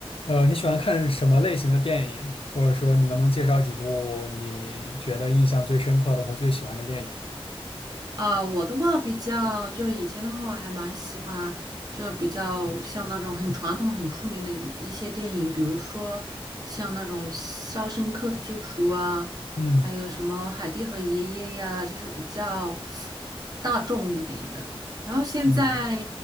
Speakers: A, on the left; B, on the right.
A: 呃，你喜欢看什么类型的电影？或者说，你能不能介绍几部你觉得印象最深刻的或最喜欢的电影？
B: 啊，我的话比较，就是以前的话，我还蛮喜欢，就比较像那种很传统、很出名的一一些电影，比如说像那种《肖申克的救赎》啊，
A: 嗯
B: 还有什嗯么《海蒂和爷爷》呀，就是比较大众一点的。然后现在
A: 嗯，